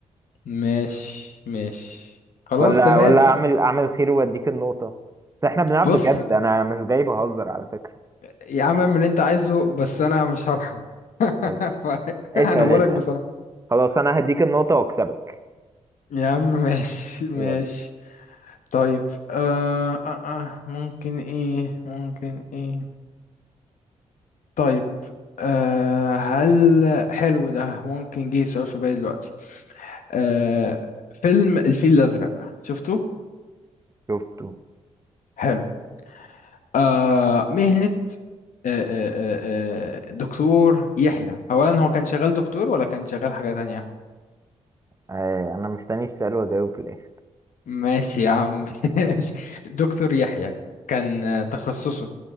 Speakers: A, on the left; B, on the right.
A: ماشي ماشي خلاص
B: ولا
A: تمام
B: ولا اعمل اعمل خير واديك النقطه بس احنا بنلعب
A: بص
B: بجد انا مش جاي بهزر على فكره
A: يا عم اعمل اللي انت عايزه بس انا مش هرحم <laughs>
B: ماشي
A: ف-
B: اسأل
A: انا بقولك
B: اسأل
A: بصراحة
B: خلاص أنا هديك النقطة وأكسبك
A: يا عم ماشي ماشي
B: يلا
A: طيب آه آه آه ممكن ايه ممكن ايه طيب آه هل حلو ده ممكن جه سؤال في بالي دلوقتي آه فيلم الفيل الأزرق شفته
B: شفته
A: حلو آه مهنة آه آه آه آه، دكتور يحيى أولا هو كان شغال دكتور ولا كان شغال حاجة تانية
B: آه أنا مستني السؤال وأجاوب في الآخر
A: ماشي يا عم <laughs> ماشي دكتور يحيى كان آه، تخصصه